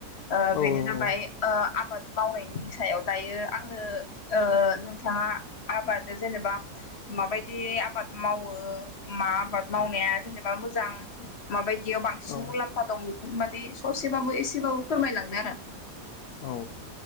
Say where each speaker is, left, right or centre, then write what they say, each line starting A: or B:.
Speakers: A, on the left; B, on the left.
A: ओ
B: औ
A: बेनो जाबाय ओ आबाद मावनायनि सायाव‌। दायो आंनो ओ नोंथाङा आबाद जेनेबा माबायदि आबाद मावो ओ मा आबाद मावनाया जेनेबा मोजां? माबायदियाव बांसिन
B: औ
A: मुलाम्फा दं? बे फोर मादि ससेबाबो एसेबाबो फोरमायलांदो आरो
B: औ